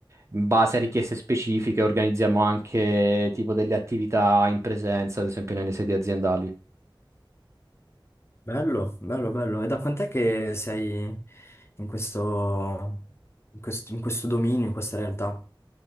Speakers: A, on the right; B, on the left.
A: in base a richieste specifiche organizziamo anche tipo delle attività in presenza, ad esempio nelle sedi aziendali.
B: Bello, bello, bello. E da quant'è che sei in questo, in questo, in questo dominio, in questa realtà?